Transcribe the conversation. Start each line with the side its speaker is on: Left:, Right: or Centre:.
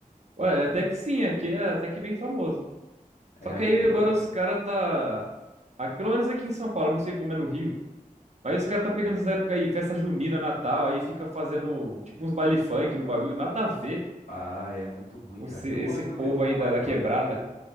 Right: ué, até que sim, aqui é até que bem famoso.
Left: É
Right: Só que
Left: aí,
Right: aí
Left: pô,
Right: agora
Left: é. né?
Right: os caras tá... Aqui, pelo menos aqui em São Paulo, eu não sei como é no Rio, Aí os caras tá pegando essas épocas aí, festa junina, Natal, aí fica fazendo tipo uns baile funk no bagulho, nada a ver
Left: Ah, é muito ruim,
Right: esse,
Left: cara. Eu
Right: esse
Left: gosto,
Right: povo
Left: eu vou
Right: aí da,
Left: mais
Right: da
Left: pela
Right: quebrada,
Left: comida.